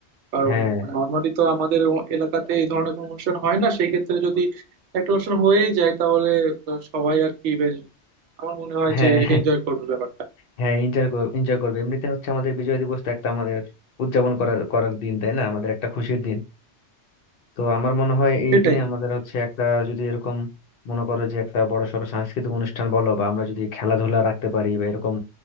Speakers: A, on the right (about 75°); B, on the left (about 55°).
A: কারণ
B: হ্যাঁ
A: নর্মালি তো আমাদের ও- এলাকাতে এই ধরনের কোনো অনুষ্ঠান হয় না সেই ক্ষেত্রে যদি একটা অনুষ্ঠান হয়েই যায় তাহলে তো সবাই আর কি বেশ আমার মনে হয়
B: হ্যাঁ
A: যে
B: <laughs>
A: এনজয় করবে ব্যাপারটা
B: হ্যাঁ এনজয় এনজয় করবে এমনিতে হচ্ছে আমাদের বিজয় দিবস তো একটা আমাদের উদযাপন করার করার দিন তাই না আমাদের একটা খুশির দিন তো আমার মনে হয় এই
A: সেটাই
B: দিনে আমাদের হচ্ছে একটা যদি এরকম মনে করো যে একটা বড়সড় সাংস্কৃতিক অনুষ্ঠান বলো বা আমরা যদি খেলাধুলা রাখতে পারি বা এরকম